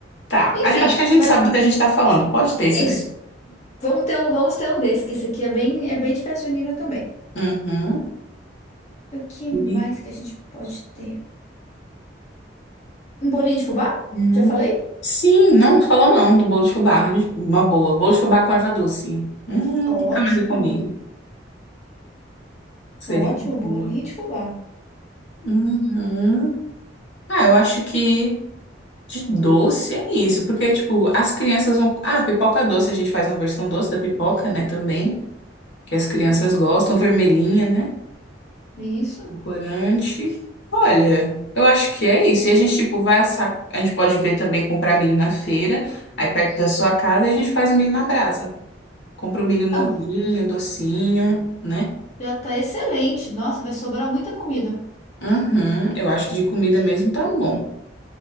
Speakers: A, on the left; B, on the left.
A: Tá.
B: Enfim,
A: A- gen- Acho que a gente
B: vai-
A: sabe do que a gente tá falando. Pode ter esse
B: isso.
A: daí.
B: Vamos ter um, vamos ter um desse, que esse aqui é bem, é bem de festa junina também.
A: Uhum.
B: O que mais
A: E...
B: que a gente pode ter? Um bolinho de fubá?
A: Uhum.
B: Já falei?
A: Sim, não, não falou não do bolo de fubá. Gente, Uma boa. Bolo de fubá com erva doce. Hum,
B: Ótimo,
A: nunca mais eu comi. Seria
B: ótimo,
A: muito
B: bolinho
A: boa.
B: de fubá.
A: Uhum. Ah, eu acho que de doce é isso, porque, tipo, as crianças vão. Ah, pipoca doce, a gente faz uma versão doce da pipoca, né, também, que as crianças gostam, vermelhinha, né?
B: Isso.
A: Corante. Olha, eu acho que é isso. E a gente, tipo, vai assar. A gente pode ver também comprar milho na feira, aí perto da sua casa, e a gente faz o milho na brasa. Compra o milho novinho,
B: Então,
A: docinho, né?
B: já tá excelente. Nossa, vai sobrar muita comida.
A: Uhum, eu acho que de comida mesmo tá bom.